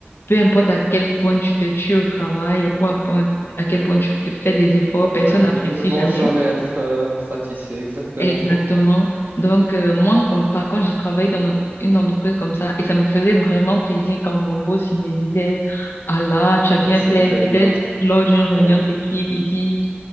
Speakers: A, on the left; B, on the right.
A: Peu importe à quel point tu te tues au travail, et peu importe à quel point tu te fais des efforts, personne
B: Ouais,
A: n'apprécie
B: ils ne vont
A: jamais.
B: jamais être euh, satisfaits, exactement.
A: Exactement.
B: <laughs>
A: Donc, euh, moi, quand, par contre, j'ai travaillé dans notre- une entreprise comme ça et ça me faisait vraiment plaisir quand mon boss, il me disait, Ah là, tu as bien
B: Bah, c'est
A: fait.
B: très
A: Peut-être
B: bien.
A: lors d'une réunion
B: Ouais,
A: d'équipe, il dit,